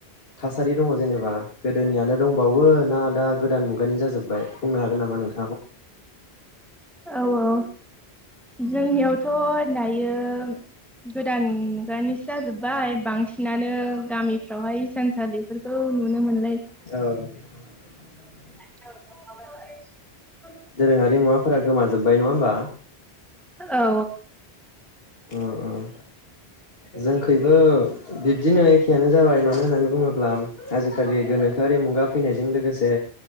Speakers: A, on the left; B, in the centre.
A: थासारि दङ जेनेबा गोदोनियानो दंबावो ना दा गोदान मुगानि जाजोबबाय बुंनो हागोन नामा नोंथां?
B: औ औ जोंनियावथ' दायो गोदान मुगानिसो जाजोब्बाय बांसिनानो गामिफ्रावहाय हिसानसालिफोरखौ नुनो मोन
A: औ
B: <inaudible>
A: दोरोङारि मुवाफोरा गोमाजोब जाबाय नङा होमबा?
B: औ
A: उम उम जोंखैबो बिब्दनो एखयानो जाबाय। मानो होननानै बुङोब्ला आजिखालि गोनोखोआरि मुगा फैनायजों लोगोसे